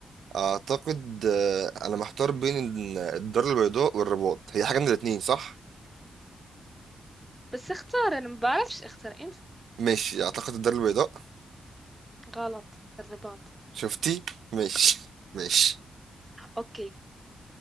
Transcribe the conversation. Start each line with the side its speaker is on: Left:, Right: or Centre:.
Right: اعتقد آه، انا محتار بين ال- الدار البيضاء والرباط هي حاجة من الاتنين صح
Centre: بس اختار انا ما بعرفش اختار انت
Right: ماشي اعتقد الدار البيضاء
Centre: غلط الرباط
Right: شفتي ماشي ماشي
Centre: اوكي